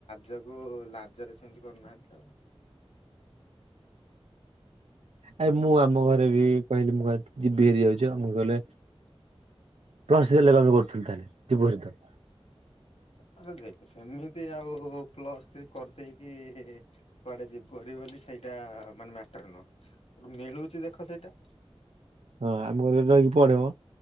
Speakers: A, on the left; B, on the right.
A: ଯୋଗୁ ଲାଜରେ ସେମିତି କରୁନାହାନ୍ତି ତାଉ।
B: ଆ ମୁଁ ଆମ ଘରେ ବି। କହିଲି ମୁଁ କ ଯିବି ହେରିଯାଉଛି ଆଉ କହିଲେ ପରସି କାମ କରୁଥିଲୁ ତାହାଲେ ଯିବୁ ହେରିତ।
A: ଆବେ ଦେଖ ସେମିତି ଆଉ। ପ୍ଲସ ଥ୍ରୀ କରିଦେଇକି କୁଆଡେ ଯିବ ବୋଲି ସେଇଟା ମାନେ ମ୍ୟାଟର ନୁହଁ ମିଳୁଛି ଦେଖ ଏଇଟା।
B: ଆମୁଁ। ରହିକି ପଡେଇବ